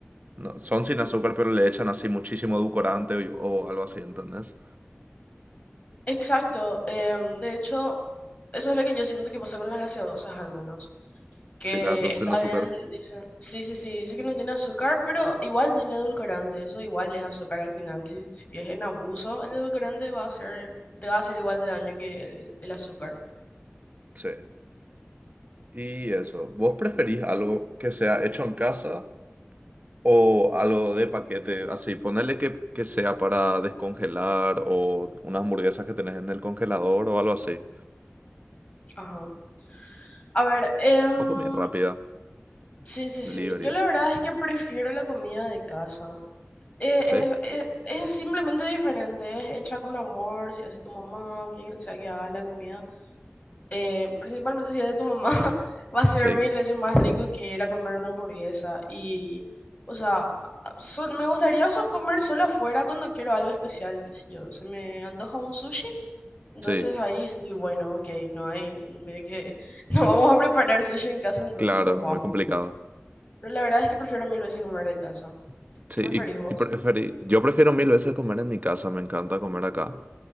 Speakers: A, on the right; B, on the left.
A: no, son sin azúcar, pero le echan así muchísimo edulcorante o, o algo así, ¿entendés?
B: Exacto, em, de hecho, eso es lo que yo siento que pasa con las gaseosas al menos. que
A: Si las haces
B: está
A: sin azúcar.
B: bien, dicen. Sí, sí, sí, dice que no tiene azúcar, pero igual tiene edulcorante, eso igual es azúcar al final. Si, si es en abuso, el edulcorante va a hacer, te va a hacer igual de daño que el, el azúcar.
A: Sí. Y eso, ¿vos preferís algo que sea hecho en casa? O algo de paquete, así, ponerle que, que sea para descongelar o unas hamburguesas que tenés en el congelador o algo así.
B: Ajá. A ver, em,
A: O comida rápida,
B: sí, sí,
A: delivery,
B: sí, yo
A: eso.
B: la verdad es que prefiero la comida de casa. Eh,
A: Sí,
B: eh, eh, es simplemente diferente, es hecha con amor, si hace tu mamá o quien sea que haga la comida. eh, principalmente si es de tu mamá, <laughs> va a ser
A: sí,
B: mil veces más rico que ir a comer una hamburguesa. Y, o sea, sol- me gustaría so- comer solo afuera cuando quiero algo especial, qué sé yo. Se me antoja un sushi, entonces
A: sí.
B: ahí sí, bueno, ok, no hay, me, que, <laughs> no vamos a preparar sushi en casa, entonces
A: Claro,
B: nos vamos.
A: muy complicado.
B: Pero la verdad es que prefiero mil veces comer de casa.
A: Sí,
B: ¿Qué preferís vos?
A: y, y preferí, yo prefiero mil veces comer en mi casa, me encanta comer acá.